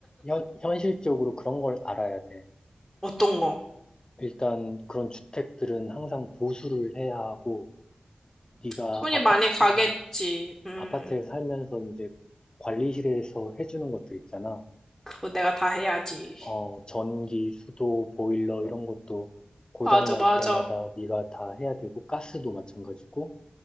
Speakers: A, on the left; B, in the centre.
A: 현, 현실적으로 그런 걸 알아야 돼.
B: 어떤 거?
A: 일단 그런 주택들은 항상 보수를 해야 하고, 네가
B: 손이
A: 아파트,
B: 많이 가겠지. 음,
A: 아파트에 살면서 이제 관리실에서 해주는 것들 있잖아.
B: 그거 내가 다 해야지.
A: 어, 전기, 수도, 보일러 이런 것도 고장
B: 맞아,
A: 날
B: 맞아.
A: 때마다 네가 다 해야 되고 가스도 마찬가지고